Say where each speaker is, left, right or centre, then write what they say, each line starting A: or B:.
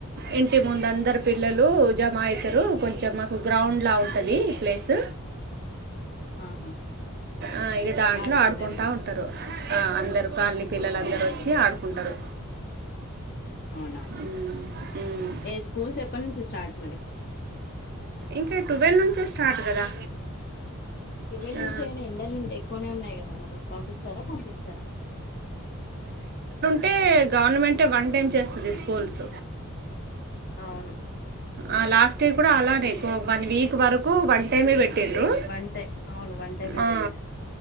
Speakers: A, on the right (about 45°); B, on the left (about 45°).
A: ఇంటి ముందు అందరు పిల్లలు జమ అయితారు కొంచెం మాకు గ్రౌండ్లా ఉంటుంది ప్లేస్
B: ఆహా
A: ఆ ఇగ దాంట్లో
B: ఆడుకుంటారు
A: ఆడుకుంటా
B: ఇక
A: ఉంటారు ఆ అందరు కాలనీ పిల్లలందరూ
B: ఉమ్
A: వచ్చి ఆడుకుంటారు
B: అవునా
A: ఉమ్, ఉమ్.
B: ఏ స్కూల్స్ ఎప్పటి నుంచి స్టార్ట్ మరి
A: ఇంకా ట్వెల్వ్ నుంచే స్టార్ట్ కదా
B: ట్వీవల్
A: ఆ,
B: నుంచి అయినా ఎండలు ఎక్కువనే ఉన్నాయి కదా మరి పంపిస్తారా పంపించారా
A: టే గవర్నమెంటే వన్ టైం చేస్తది స్కూల్స్
B: అవును
A: ఆ లాస్ట్ కూటి అలానే
B: ఈ
A: వన్ వీక్ కు వరకు వన్ టైమే పెట్ ట్టిండ్రు
B: వన్ టై అవును వన్ టైమే
A: ఆ
B: పెట్టారు